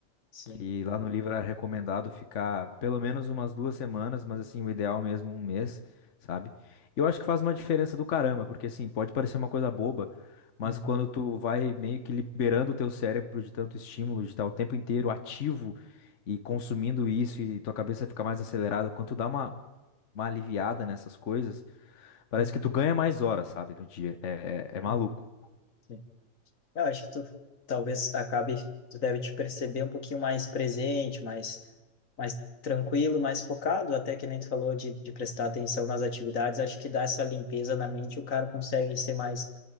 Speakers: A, on the left; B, on the left.
A: Sim.
B: que lá no livro era recomendado ficar pelo menos umas duas semanas, mas assim, o ideal mesmo um mês, sabe? E eu acho que faz uma diferença do caramba, porque assim, pode parecer uma coisa boba, mas
A: Uhum.
B: quando tu vai meio que liberando o teu cérebro de tanto estímulo, de estar o tempo inteiro ativo e consumindo isso e tua cabeça fica mais acelerada, quando tu dá uma, uma aliviada nessas coisas, parece
A: Uhum.
B: que tu ganha mais horas, sabe, no dia. É, é, é maluco.
A: Uhum. Sim. Eu acho que tu talvez acabe, tu deve te perceber um pouquinho mais presente, mais, mais tranquilo, mais focado, até que nem tu falou de, de prestar atenção nas atividades, acho que dá essa limpeza na mente, o cara consegue ser mais,